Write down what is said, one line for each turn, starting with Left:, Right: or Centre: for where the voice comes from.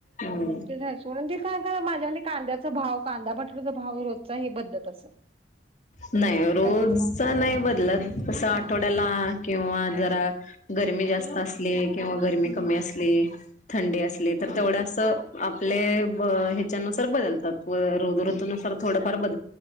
Left: हम्म
Right: ते म्हणून ते काय माझ्या कांद्याचा भाव कांदयाचा बटाड्याचा भाव रोजचा बदलत असेल
Left: नाही रोज
Right: काय तर सांग
Left: नाही बदलत अस आठवड्याला
Right: हा
Left: किंवा जरा गर्मी जास्त असली किंवा गरमी
Right: हम्म
Left: कमी असली थंडी असली
Right: हम्म
Left: तर तेवढं अस आपले ह्याच्यानुसार बदलतात व रु ऋतूनुसार थोडं <inaudible>